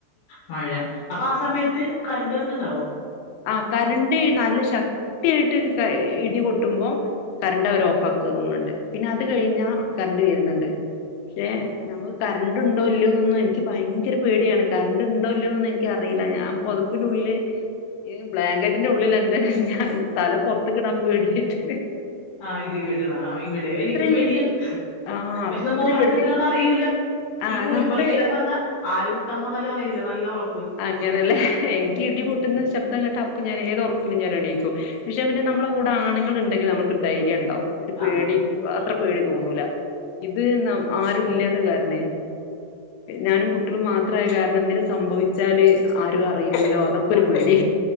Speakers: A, on the left; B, on the left.
A: മഴ അപ്പൊ ആ സമയത്ത് കരണ്ട് കട്ടുണ്ടാവോ
B: ആ കരണ്ട് നല്ല ശക്തിയായിട്ട് ഇടി പൊട്ടുമ്പോൾ കരണ്ട് അവർ ഓഫ് ആക്കുക തോന്നുന്നുണ്ട് പിന്നെ അത് കഴിഞ്ഞാ കരണ്ട് വരുന്നുണ്ട് പക്ഷെ നമുക്ക് കരണ്ട് ഉണ്ടോല്ലോന്നൊന്നും എനിക്ക് ഭയങ്കര പേടിയാണ് കരണ്ട് ഉണ്ടോല്ലോന്നൊന്നും എനിക്കറിയില്ല ഞാൻ പൊതപ്പ് ഇതിന്റെ ഉള്ളില് ബ്ലാങ്കറ്റിന്റെ ഉള്ളില എന്തെ തല പൊറത്ത് കിടാൻ പേടിയായിട്ട്
A: ആഹ് ഇടി വേടണ ആ
B: അത്രയിടി
A: ഇവിടെ എനിക്കും പേടിയാണ്
B: ആഹ്
A: പക്ഷെ
B: അത്രയും
A: നമ്മ ഉറക്കത്തി
B: പേടി പിന്നെ
A: കൊണ്ട് അറിയൂല്ല
B: ആഹ്
A: ഈ ഒരു
B: നമ്മള്
A: മണിക്കെല്ലാം വന്ന ആന കുത്താൻ വന്നാലും അറിയൂല്ല നല്ല ഉറ
B: അങ്ങനല്ലേ എനിക്ക് ഇടി പൊട്ടുന്ന ശബ്ദം കേട്ട അപ്പൾ ഞാൻ ഏത് ഉറിക്കിലും ഞാൻ എണിക്കും പക്ഷെ പിന്നെ നമ്മുടെ കൂടെ ആണുങ്ങൾ ഉണ്ടെങ്കിൽ നമ്മക്ക്‌ ഒരു ധൈര്യം ഉണ്ടാവും ഒരു പേടി
A: ആഹ് ആഹ് ആഹ്
B: അത്ര പേടി തോന്നൂല ഇത് ആരും ഇല്ലാത്ത കാരണേ ഞാനും കുട്ടികളും മാത്രമായ കാരണം എന്തെങ്കിലും സംഭവിക്കു ച്ചാല് ആരും അറിയി ല്ലോ അതൊക്കെ
A: ആഹ്
B: ഒരു
A: അറിയില്ല
B: പേടി